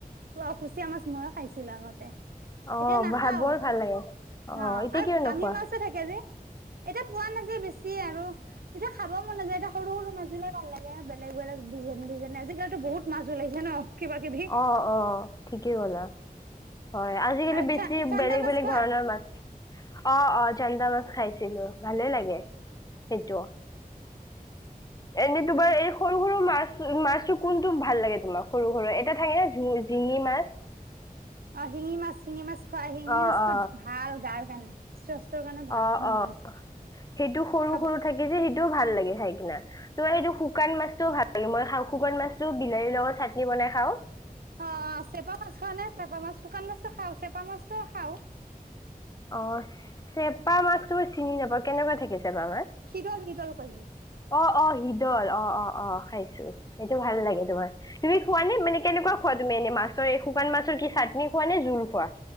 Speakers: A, on the right; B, on the left.
A: অ', কুচিয়া মাছ মইয়ো খাইছিলো আগতে।
B: অ
A: এতিয়া নাখাওঁ,
B: ভাল বৰ ভাল লাগে
A: অ',
B: এতিয়া
A: আৰু
B: কিয়
A: বামি
B: নোখোৱা
A: মাছো থাকে যে। এতিয়া পোৱা নাযায়, বেছি আৰু এতিয়া খাব মন নাযায়, এতিয়া সৰু, সৰু মাছি বিলাকে ভাল লাগে, বেলেগ, বেলগ ডিজাইন, ডিজাইন আজিকালিতো বহুত মাছ ওলাইছে। চে ন'। কিবা কিবি
B: অ', অ', ঠিকেই ক'লা। হয়, আজিকালি
A: আৰু
B: বেছি
A: চা চান্দা
B: বেলেগ,
A: মাছ
B: বেলেগ
A: খোৱা
B: ধৰণৰ মাছ। অ', অ', চান্দা মাছ খাইছিলো, ভালে লাগে সেইতো। এনে তোমাৰ, এই সৰু, সৰু মাছ, মাছটো কোনটো ভাল লাগে তোমাৰ সৰু, সৰু এ এটা থাকে যুঙি জিঙি মাছ।
A: অ', শিঙি মাছ, শিঙি মাছ খোৱা। শিঙি
B: অ
A: মাছটো
B: অ
A: ভাল গাৰ কাৰণে। স্বাস্থ্যৰ কাৰণে ভাল
B: অ
A: শিঙি
B: অ
A: মাছ।
B: সেইটো সৰু,
A: খাব
B: সৰু থাকে যে, সেইটোও ভাল লাগে খাই কিনা। তোমাৰ সেইটো শুকান মাছটো ভাল লাগে মই খাওঁ, শুকান মাছটো বিলাহীৰ লগত চাটনি বনাই খাওঁ।
A: অ', অ', চেপা মাছ খোৱা নে, চেপা মাছ, শুকান মাছটো খাওঁ চেপা মাছটো খাওঁ।
B: অ', চেপা মাছতো মই চিনি নাপাওঁ, কেনেকুৱা থাকে চেপা মাছ।
A: শিদল, শিদল কয় যে।
B: অ', অ', শিদল, অ', অ', অ', খাইছোঁ সেইটো ভাল লাগে তোমাৰ। তুমি খোৱা নে, মানে কেনেকুৱা খোৱা তুমি, এনে মাছৰ এই শুকান মাছৰ কি চাটনি খোৱা নে জুল খোৱা।